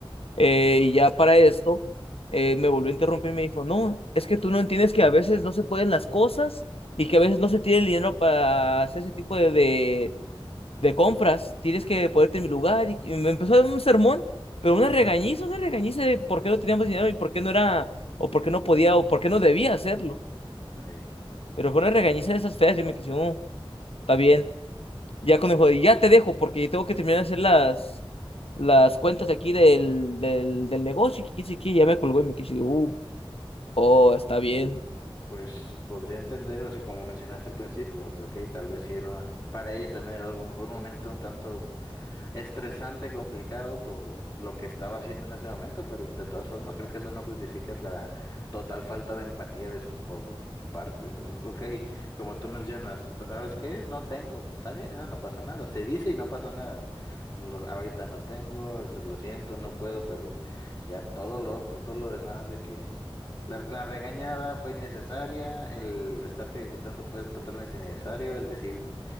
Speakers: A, on the left (about 80°); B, on the left (about 20°).
A: eh, y ya para esto, eh, me volvió a interrumpir y me dijo, no, es que tú no entiendes que a veces no se pueden las cosas y que a veces no se tiene el dinero para hacer ese tipo de, de, de compras. Tienes que ponerte en mi lugar. Y, y me empezó a dar un sermón, pero una
B: ujú.
A: regañiza, una regañiza de por qué no teníamos dinero y por qué no era, o por qué no podía, o por qué no debía hacerlo.
B: Ey.
A: Pero fue una regañiza de esas feas. Yo me quedé, "Oh, está bien. Ya cuando me dijo, ya te dejo porque tengo que terminar de hacer las, las cuentas aquí del, del, del negocio. Y que quién sabe qué, ya me colgó y me quedé así de, uh, oh, está bien.
B: Pues podría entender, o sea, como mencionaste al principio, o sea, ok, tal vez sí era, para ella también era algo, a lo mejor un momento un tanto estresante, complicado por lo que estaba haciendo en ese momento, pero de todas formas creo que eso no justifica la total falta de empatía de su, por su parte. <laughs> Ok, como tú mencionas, ¿sabes qué? No tengo, pues está bien, no, no pasa nada, se dice y no pasa nada. Lo- ahorita no tengo, se- lo siento, no puedo, pero ya todo lo otro, todo lo demás de que... La, la regañada fue innecesaria, el estarte gritando fue totalmente innecesario, el decir